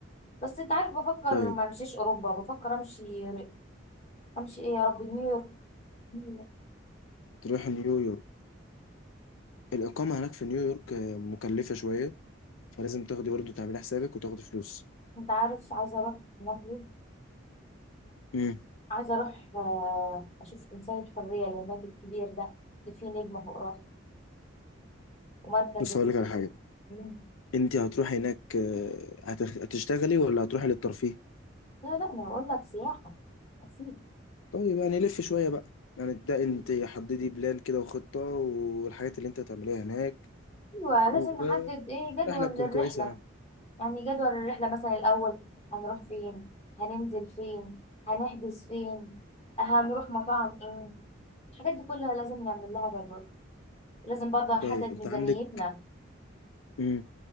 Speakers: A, on the left (about 30°); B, on the left (about 80°).
A: بس انت عارف بفكر
B: طيب
A: ما امشيش اوروبا بفكر امشي امشي ايه يا ربي نيويورك <laughs>
B: تروح نيويورك الإقامة هناك في نيويورك آه، مكلفة شوية فلازم تاخدي برضه تعملي حسابك وتاخدي فلوس
A: انت عارف عايزة اروح هناك ليه
B: امم
A: عايزة اروح آه، اشوف تمثال الحرية اللي هناك الكبير ده اللي فيه نجمة فوق راسه ومركز
B: بص
A: ال-
B: هقول لك على حاجة
A: مم.
B: أنت هتروحي هناك آه، هتخ- هتشتغلي ولا هتروحي للترفيه؟
A: لا لا ما اقول لك سياحة اكيد
B: طيب يعني لف شوية بقى يعني ده أنت
A: مم.
B: حددي بلان كده وخطة والحاجات اللي أنت هتعمليها هناك
A: ايوه
B: والرحلة
A: لازم نحدد ايه جدول
B: تكون
A: للرحلة
B: كويسة يعني
A: يعني جدول الرحلة مثلا الأول هنروح فين هننزل فين هنحجز فين هنروح مطاعم ايه الحاجات دي كلها لازم نعمل لها جدول لازم برضه نحدد
B: طيب أنت
A: ميزانيتنا
B: عندك مم.